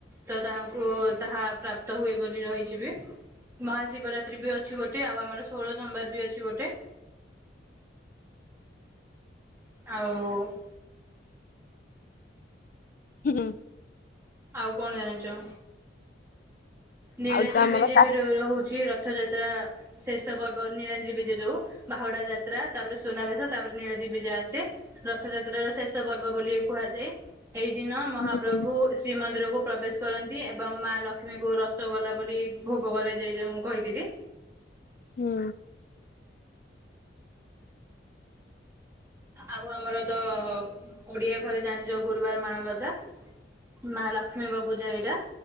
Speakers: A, on the right; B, on the left.
A: ତା ଓ ତାହା ପ୍ରାପ୍ତ ହୁଏ ବୋଲି ରହିଚି ବି ମହାଶିବରାତ୍ରୀ ବି ଅଛି ଗୋଟେ, ଆଉ ଆମର ଷୋହଳ ସୋମବାର ବି ଅଛି ଗୋଟେ। ଆଉ
B: ହୁଁ।
A: ଆଉ କଣ ଜାଣିଚ ନୀଳାଦ୍ରିବିଜେ
B: ଆଉ ତ ଆମର
A: ବି ରହୁଚି ରଥଯାତ୍ରା ଶେଷ ପର୍ବ ନିଳାଦ୍ରୀବିଜେ ଯୋଉ ବାହୁଡା ଯାତ୍ରା ତାପରେ ସୁନାବେସ ତାପରେ ନିଳାଦ୍ରୀବିଜେ ଆସେ। ରଥଯାତ୍ରାର ଶେଷ ପର୍ବ ବୋଲି କୁହାଯାଏ। ଏଇ ଦିନ ମହାପ୍ରଭୁ
B: ହୁଁ
A: ଶ୍ରୀମନ୍ଦିରକୁ ପ୍ରବେଶ କରନ୍ତି, ଏବଂ ମା ଲକ୍ଷ୍ମୀଙ୍କୁ ର ଗଲା ବୋଲି ଭୋଗ କ ଯାଇ ମୁଁ କହିଥିଲି।
B: ହୁଁ।
A: ଆଉ ଆମର ତ ଓଡିଆ ଘରେ ଜାଣିଚ ଗୁରୁବାର ମାଣବସା। ମା ଲକ୍ଷ୍ମୀଙ୍କ ପୂଜା ଏଇଟା।